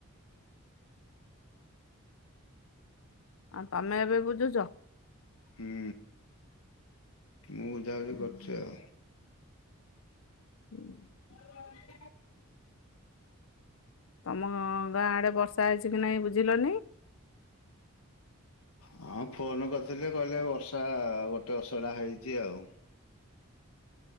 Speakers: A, on the left; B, on the left.
A: ଆଉ ତମେ ଏବେ ବୁଝୁଚ?
B: ହୁଁ ମୁଁ ବୁଝାବୁଝି
A: ହୁଁ,
B: କରୁଚି ଆଉ।
A: <unintelligible>
B: <unintelligible>
A: ତମ ଗାଁ ଆଡେ ବର୍ଷା ହେଇଛି କି ନାହିଁ ବୁଝିଲନି? <unintelligible>
B: ହଁ ଫୋନ କରିଥିଲି କହିଲେ ବର୍ଷା ଗୋଟେ ଅସରା ହେଇଛି ଆଉ।